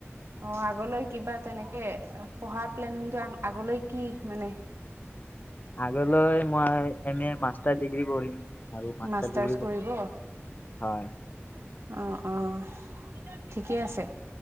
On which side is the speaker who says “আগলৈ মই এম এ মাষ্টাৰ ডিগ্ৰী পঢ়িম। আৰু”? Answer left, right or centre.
Left